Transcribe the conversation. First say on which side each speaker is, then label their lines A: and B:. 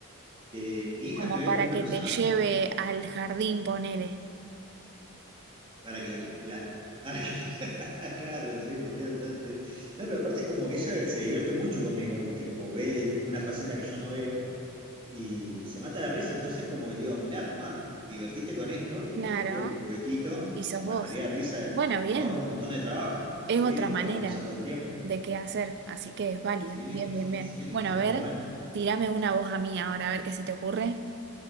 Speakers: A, on the right; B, on the right.
A: que mi hija
B: Como
A: me ve
B: para
A: como una
B: que
A: persona
B: te lleve
A: s-
B: al jardín, ponele.
A: para que la... para que- <laughs> claro, sí, podría ser, sí. No, pero aparte es como que ella se divierte mucho conmigo, ¿viste? Como ve el- una faceta que yo no veo y se mata de risa, entonces como que le digo, bueno, tomá, divertite con esto y
B: Claro.
A: le daría el juguetito
B: Y
A: y se
B: sos
A: mataría
B: vos.
A: de risa,
B: Bueno, bien.
A: me ahorro un montón de trabajo,
B: Es
A: ¿sí?
B: otra
A: De jugar
B: manera.
A: con ella todo el tiempo.
B: de qué hacer, así que es válido.
A: Sí,
B: Bien,
A: sí,
B: bien, bien.
A: sí,
B: Bueno,
A: es
B: a ver,
A: muy buena.
B: tírame una voz a mí ahora, a ver qué se te ocurre.